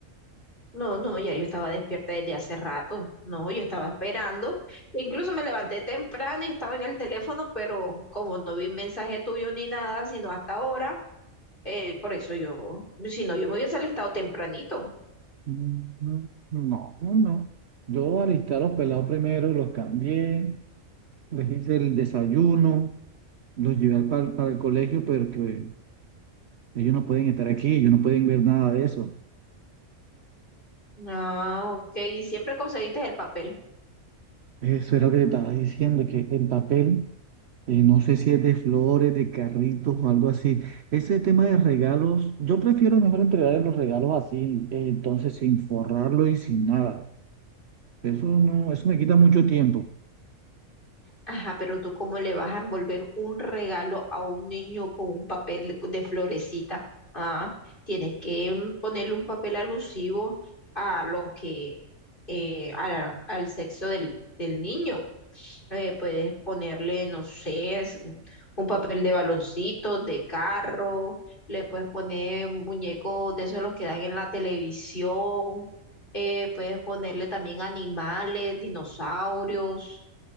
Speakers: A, on the left; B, on the right.
A: No, no, ya yo estaba despierta desde hace rato. No, yo estaba esperando. Incluso me levanté temprano y estaba en el teléfono, pero como no vi mensaje tuyo ni nada, sino hasta ahora, eh, por eso yo, si no, yo me hubiese alistado tempranito.
B: Mm, No, no, no. Yo alisté a los pelados primero, los cambié, les hice el desayuno, los llevé al, par- para el colegio, pero que ellos no pueden estar aquí, ellos no pueden ver nada de eso.
A: No, ok, ¿y siempre conseguiste el papel.
B: Eso era lo que te estaba diciendo, que el papel, eh, no sé si es de flores, de carritos o algo así. Ese tema de regalos, yo prefiero mejor entregar los regalos así, eh, entonces sin forrarlo y sin nada. Eso no, eso me quita mucho tiempo.
A: Ajá, pero tú cómo le vas a envolver un regalo a un niño con un papel de florecita. Ah, tienes que mm, ponerle un papel alusivo a lo que, eh, a la- al sexo del, del niño. Eh, puedes ponerle, no sé, es un un papel de baloncito, de carro, le puedes poner muñecos de esos los que dan en la televisión, eh, puedes ponerle también animales, dinosaurios